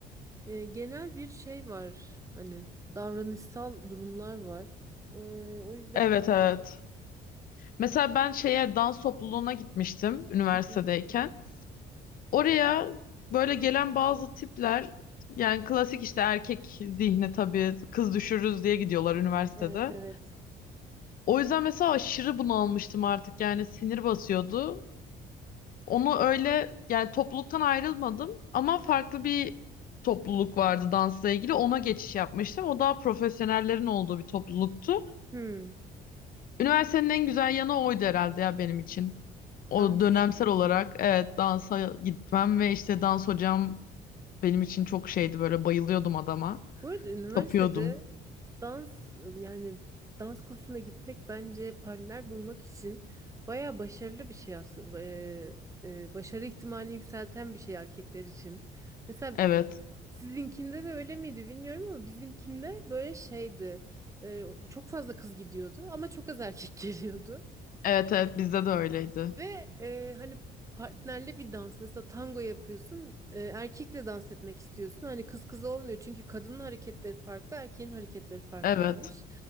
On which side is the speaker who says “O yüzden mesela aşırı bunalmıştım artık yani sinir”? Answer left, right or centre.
Left